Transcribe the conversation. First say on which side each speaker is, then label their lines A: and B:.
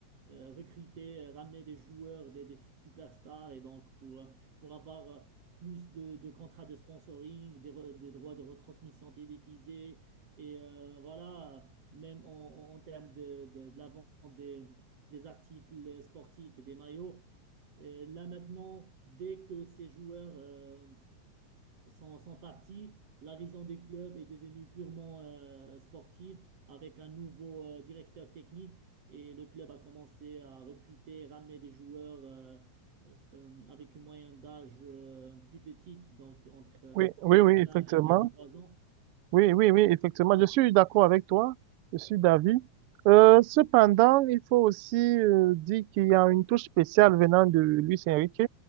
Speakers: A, on the right; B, on the right.
A: euh, recruter, euh, ramener des joueurs, des, des superstars, et donc pour, euh, pour avoir euh, plus de, de contrats de sponsoring, des, re- des droits de retransmission télévisée, et euh, voilà, même en, en en termes de, de, de la vente des des articles sportifs et des maillots. Euh, là maintenant, dès que ces joueurs euh, sont, sont partis, la vision des clubs est devenue purement euh, sportive avec un nouveau euh, directeur technique et le club a commencé à recruter, ramener des joueurs euh, euh, euh, avec une moyenne d'âge euh, plus petite, donc entre
B: oui, oui, oui,
A: 20
B: effectivement.
A: et 23 ans.
B: Oui, oui, oui, effectivement, je suis d'accord avec toi, je suis d'avis. Euh, cependant, il faut aussi euh, dire qu'il y a une touche spéciale venant de Luis Enrique.